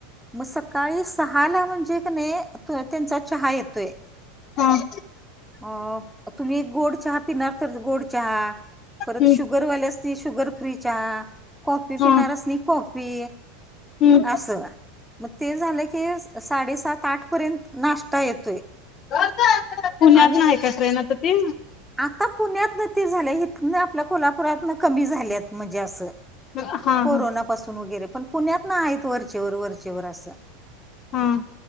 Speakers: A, in the centre; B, on the left.
A: मग सकाळी सहाला म्हणजे का नाई, अ त्यांचा चहा येतोय.
B: हां.
A: अ तुम्ही गोड चहा पिणार तर गोड चहा, परत
B: हम्म
A: शुगर वाल्यास नी शुगर फ्री चहा, कॉफी
B: हा
A: पिणाऱ्यासनी कॉफी.
B: हम्म
A: असं. मग ते झालं की, साडे सात आठ पर्यंत नाश्ता येतोय.
B: पुण्यात
A: आणि
B: नं आहे का ट्रेन आता ती.
A: आता पुण्यात नं ती झालं, इथनं आपल्या कोल्हापुरातनं कमी झाल्यात म्हणजे असं.
B: हा हा
A: कोरोना पासून वगैरे, पण पुण्यातलनं आहेत वरचेवर वरचेवर असं.
B: हा,